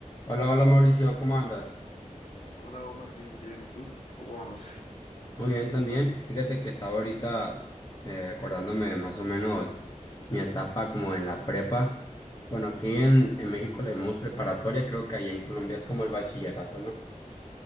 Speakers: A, on the left (about 30°); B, on the left (about 60°).
A: Hola, hola Mauricio, ¿cómo andas?
B: Hola Omar, bien, bien. ¿Y tú? ¿Cómo vamos?
A: Muy bien también. Fíjate que estaba ahorita eh, acordándome de más o menos mi etapa como en la prepa. Bueno, aquí en, en México le llamamos preparatoria, creo que ahí en Colombia es como el bachillerato, ¿no?